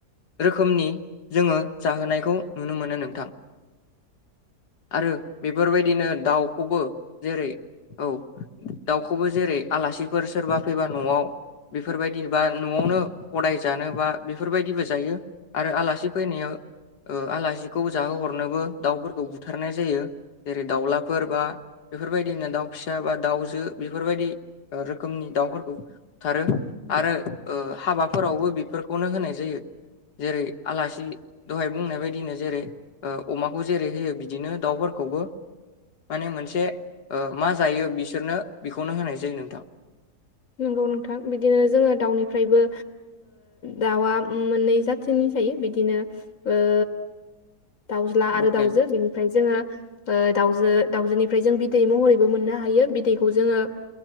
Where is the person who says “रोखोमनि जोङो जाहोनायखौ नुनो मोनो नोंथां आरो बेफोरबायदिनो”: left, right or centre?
Left